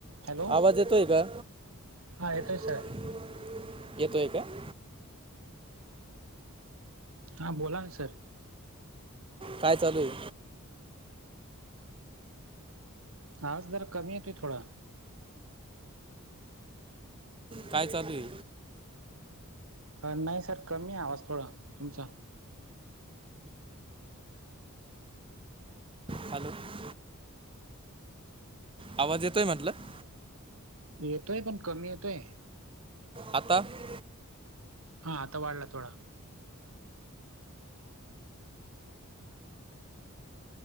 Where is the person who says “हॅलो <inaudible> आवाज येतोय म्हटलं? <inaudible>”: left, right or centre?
Right